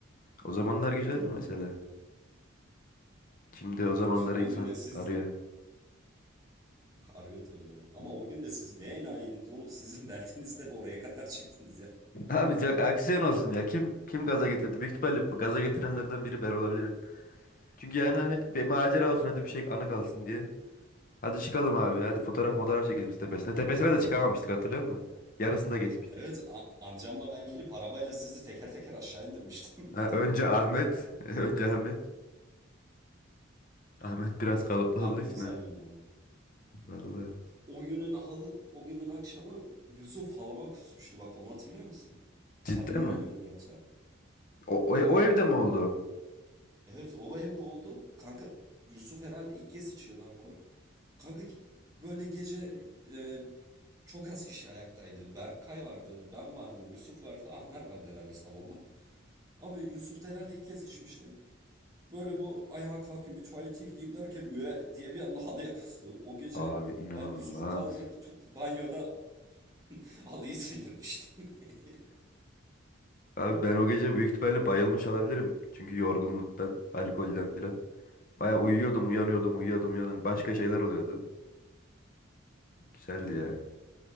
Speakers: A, on the left; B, on the right.
A: O zamanlar güzeldi mesela. Şimdi o zamanları
B: O
A: insan
B: gün de siz
A: arıyor.
B: arıyor tabii ya. Ama
A: <laughs>
B: o gün de siz ne enayiydiniz oğlum? Sizin dertinizle de oraya kadar çıktınız ya.
A: Abi çok aksiyon olsun ya. Kim kim gaza getirdi? Büyük ihtimalle gaza getirenlerden biri ben olabilirim. Çünkü yani hani bir macera olsun hadi bir şey anı kalsın diye. Hadi çıkalım abi. Hadi fotoğraf fotoğraf çekelim şu tepesine. Tepesine de çıkamamıştık hatırlıyor musun? Yarısında geçmiştik.
B: Evet a- amcamla ben gelip arabayla sizi teker teker aşağı indirmiştim.
A: Ha, önce Ahmet. <laughs> Önce Ahmet. Ahmet biraz kalıplı
B: <laughs> Harbi
A: olduğu için
B: güzel
A: abi.
B: gün ya.
A: Vallahi.
B: O günün hal- o günün akşamı Yusuf halıma kusmuştu bak onu hatırlıyor musun?
A: Cidden
B: Sen uyuyor
A: mi?
B: muydun yoksa?
A: O, o,
B: Abi
A: o evde mi oldu?
B: Evet o evde oldu. Kanka Yusuf herhalde ilk kez içiyordu alkol. Kanka böyle gece e, çok az kişi ayaktaydı. Berkay vardı, ben vardım, Yusuf vardı, Ahmer vardı herhalde salonda. Abi Yusuf da herhalde ilk kez içmişti. Böyle bu ayağa kalkayım bir tuvalete gideyim derken üye diye bir anda halıya kustu. O gece
A: Abi inanılmaz.
B: ben Yusuf'u kaldırıp tu- banyoda <laughs> halıyı sildirmiştim. <laughs>
A: Abi ben o gece büyük ihtimalle bayılmış olabilirim. Çünkü yorgunluktan, alkolden filan. Baya uyuyordum, uyanıyordum, uyuyordum, uyanıyordum. Başka şeyler oluyordu. Güzeldi ya.